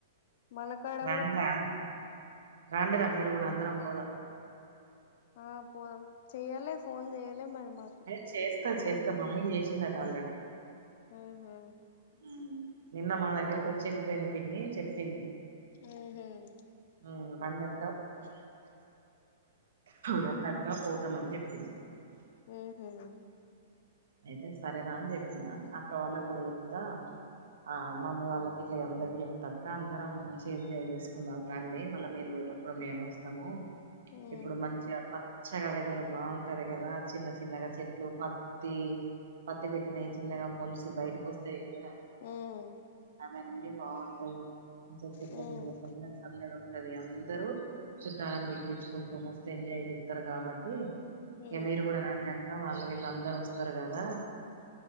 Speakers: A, on the left; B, on the right.
A: మనకాడ
B: రండ్రా
A: కూడా బాగుంట
B: రాండిరా మీరు కూడా అందరం పోదాం
A: ఆ పోదాం చేయలే ఫోన్ చేయలే మరి మాకు
B: ఏ చేస్తాది చేస్తాది మమ్మీకి చేసిందిట ఆల్రెడీ
A: ఆహా
B: ఉమ్ నిన్న మా దగ్గరకి వచ్చి వెళ్ళిపోయింది పిన్ని చెప్పింది
A: ఉహుమ్
B: ఉమ్ రండక్క రండక్క పోతామని చెప్పింది
A: ఎట్లేదు
B: అయితే సరేరా అని చెప్పినా అక్క వాళ్ళ కూడా చెప్తా ఆ మమ్మీ వాళ్ళకి ఇట్లా అందరి చెప్తాఅక్క అందరం మంచిగ ఎంజాయ్ చేసుకుందాం రండి మళ్ళీ మీరు పోయటప్పుడు మేము వస్తాము
A: ఉమ్
B: ఇప్పుడు మంచిగా పచ్చగా వెదరు బాగుంటది కదా చిన్న చిన్నగా చెట్లు ప త్తి పత్తి పెట్టినయి చిన్నగా మోల్స్ బయటకు వస్తాయి ఎవరా
A: ఉమ్
B: అవన్నీ బాగుంటాయి ఇ చెట్ల
A: ఉమ్
B: కింద సంద సందడి ఉంటది అందరు చుట్టాలని పిలిపిచ్ కు మస్త్ ఎంజాయ్ చేస్తారు కాబట్టి
A: ఉమ్
B: ఇక మీరు కూడా రండి అక్క వాళ్ళు వీళ్ళ అందరు వస్త వస్తారు కదా